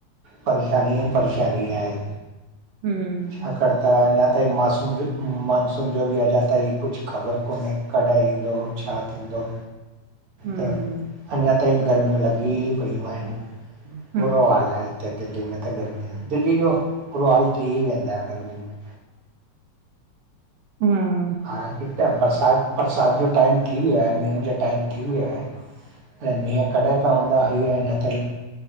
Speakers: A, on the right (about 55°); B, on the right (about 75°).
A: परेशानी ई परेशानी आहे।
B: हम्म!
A: छाकाणि त, अञा ताईं मासून मानसून जो बि अञा ताईं कुझु ख़बर कोन्हे। कॾहिं ईंदो, छा थींदो?
B: हम्म!
A: त अञा ताईं गर्मियूं लॻी पयूं आहिनि।
B: हा <inaudible>
A: बुरो हाल आहे हिते दिल्ली में त गर्मी जो, दिल्ली जो बुरो हाल थी वेंदो आ गर्मीनि में।
B: हम्म।
A: हाणे हिते बरिसाति बरिसाति जो टाइम थी वियो आहे। मींहं जो टाइम थी वियो आहे। मींहं कॾहिं पवंदा ही अञां ताईं